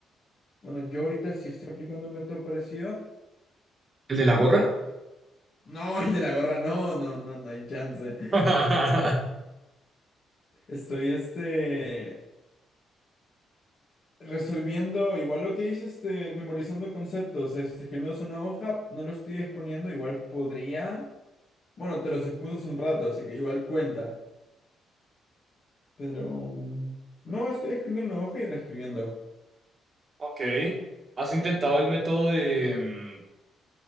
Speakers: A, on the left (about 45°); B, on the right (about 35°).
A: Bueno, yo ahorita sí estoy aplicando un método parecido,
B: ¿El de la
A: porque...
B: gorra?
A: No, el de la gorra, no, no, no, no hay chance.
B: <laughs>
A: Estoy este... Resolviendo igual lo que dice este, memorizando conceptos, este, escribiéndolos en una hoja, no lo estoy exponiendo, igual podría. Bueno, te los expuse hace un rato, así que igual cuenta. Pero mm, no, estoy escribiendo en una hoja y reescribiendo.
B: Ok. ¿Has intentado el método de...